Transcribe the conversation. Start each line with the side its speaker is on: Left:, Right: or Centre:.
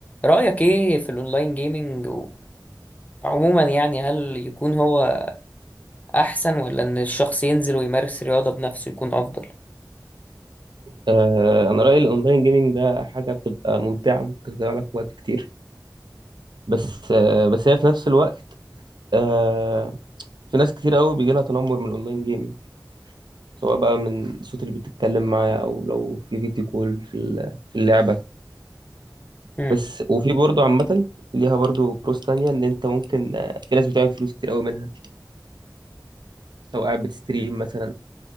Left: رأيك ايه في الاونلاين جيمينج وعموما يعني هل يكون هو احسن ولا ان الشخص ينزل ويمارس رياضة بنفسه يكون افضل
Right: آه، انا رايي الاونلاين جيمنج ده حاجه بتبقى ممتعه ممكن تضيع لك وقت كتير بس آه، بس هي في نفس الوقت آه، في ناس كتير قوي بيجي لها تنمر من الاونلاين جيمنج سواء بقى من الصوت اللي بتتكلم معاه او لو في فيديو كول في ال- في اللعبه
Left: امم
Right: بس وفي برضه عامه ليها برضه بروس تانية ان انت ممكن آه، في ناس بتعمل فلوس كتير قوي منها لو قاعد بتستريم مثلا